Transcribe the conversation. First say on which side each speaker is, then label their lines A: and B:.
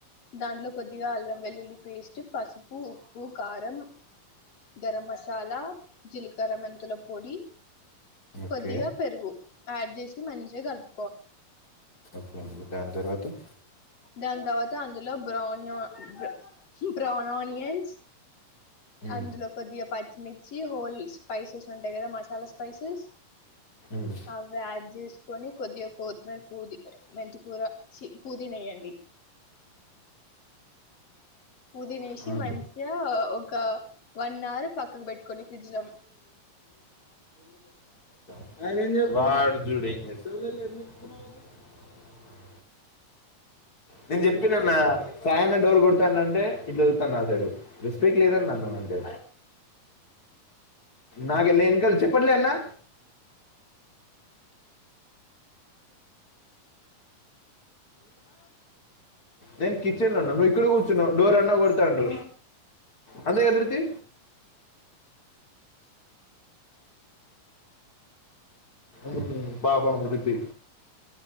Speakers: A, on the left; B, on the left.
A: దాంట్లో కొద్దిగా అల్లం వెల్లుల్లి పేస్ ట్ పసుపు ఉప్ ఉ కారం గరం మసాలా జీలకర్ర మెంతుల పొడి
B: ఓకే.
A: కొద్దిగా పెరుగు యాడ్ జేసి మంచిగ కల్ప్
B: ఒకే అండి దాన్ తర్వాత్ అ
A: దాన్ దవత అంద్ లో బ్రౌన్ యా బ్రో బ్రౌన్ ఆనియన్స్
B: హ్మ్.
A: అందులో కొద్దిగా పచ్చిమిర్చి హోల్ స్పైసెస్ ఉంటయి కదా మసాలా స్పైసెస్
B: హ్మ్.
A: అవే ఆడ్ జీస్కోని కొద్దిగ కోత్మీర్ పూది మెంతుకూర ఛీ పూ ది నెయ్ పుదినేసి
B: హ్మ్.
A: మంచిగా ఒక వన్ అవర్ పక్కకు పెట్టుకోండి ఫ్రిడ్జ్ లో
B: అ నేను చెప్పిన అన్నా సాయన్న డోర్ కొడతాన అంటే ఇట్లా చదువుతాను నా సడు రిస్పేక్ లేదన్నా అంటే నాకు నేక చెప్పట్లే అన్నా నేను కిచెన్ లో ఉన్నా నువ్ ఇక్కడ కూర్చున్నవ్ డోర్ అన్నా కొడుతాండు అంతే గద వృతి మ్మ్ పాపం వృతి